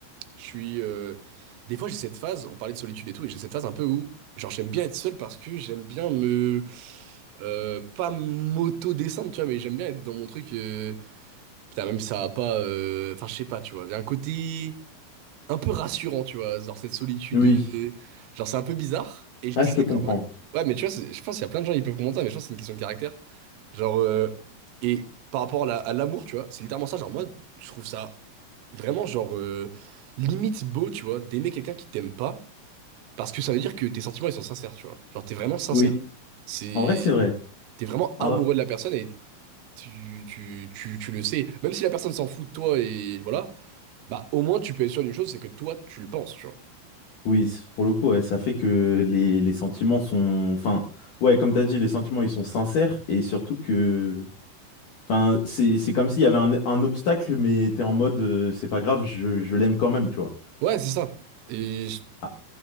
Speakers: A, on the right; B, on the left.
A: je suis. euh, des fois, j'ai cette phase, on parlait de solitude et tout, et j'ai cette phase un peu où, genre, j'aime bien être seul parce que j'aime bien me. euh, pas m'auto-descendre, tu vois, mais j'aime bien être dans mon truc. euh, Putain, même si ça va pas. euh, Enfin, je sais pas, tu vois. Il y a un côté un peu rassurant, tu vois, genre cette solitude,
B: Oui.
A: euh, genre c'est un peu bizarre. Et je
B: Ah,
A: disais
B: je te comprends.
A: qu'en mode, ouais, mais tu vois, c'est- je pense qu'il y a plein de gens qui peuvent comprendre ça, mais je pense que c'est une question de caractère. Genre, euh, et par rapport à la- à l'amour, tu vois, c'est littéralement ça. Genre, moi, je trouve ça vraiment, genre, euh, limite beau, tu vois, d'aimer quelqu'un qui t'aime pas, parce que ça veut dire que tes sentiments, ils sont sincères, tu vois. Genre, t'es vraiment sincère.
B: Oui,
A: C'est.
B: en vrai, c'est vrai.
A: T'es vraiment
B: En-
A: amoureux de la personne et tu, tu, tu, tu le sais. Même si la personne s'en fout de toi et voilà, bah, au moins, tu peux être sûr d'une chose, c'est que toi, tu le penses, tu vois.
B: Oui, c- pour le coup, ouais, ça fait que les, les sentiments sont... Enfin, ouais, comme t'as dit, les sentiments, ils sont sincères et surtout que... Enfin, c'est, c'est comme s'il y avait un, un obstacle, mais t'es en mode, euh, c'est pas grave, je, je l'aime quand même, tu vois.
A: Ouais, c'est ça. Et je-
B: A-